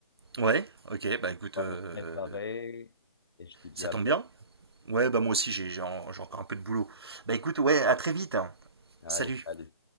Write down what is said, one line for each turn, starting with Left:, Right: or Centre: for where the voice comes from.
Right: ouais ok, bah écoute,
Left: On
Right: euh,
Left: va me préparer et je te dis
Right: ça
Left: à
Right: tombe
Left: bientôt.
Right: bien. Ouais, bah moi aussi, j'ai j'ai en- j'ai encore un peu de boulot. Bah écoute, ouais, à très vite. hein.
Left: Allez,
Right: Salut.
Left: allez.